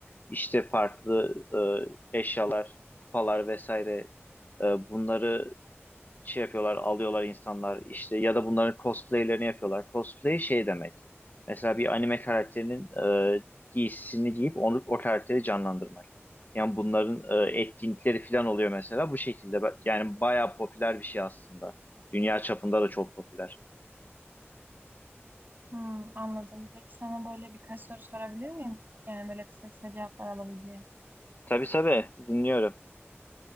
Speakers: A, on the left (about 40°); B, on the right (about 45°).
A: işte farklı e, eşyalar, kupalar vesaire e, bunları şey yapıyorlar, alıyorlar insanlar işte ya da bunların cosplaylerini yapıyorlar. Cosplay şey demek. Mesela bir anime karakterinin e, giysisini giyip onu o karakteri canlandırmak. Yani bunların e, etkinlikleri falan oluyor mesela bu şekilde. Ba- Yani bayağı popüler bir şey aslında. Dünya çapında da çok popüler.
B: Hmm, anladım. Peki sana böyle birkaç soru sorabilir miyim? Yani böyle kısa kısa cevaplar alabileceğim.
A: Tabii tabii dinliyorum.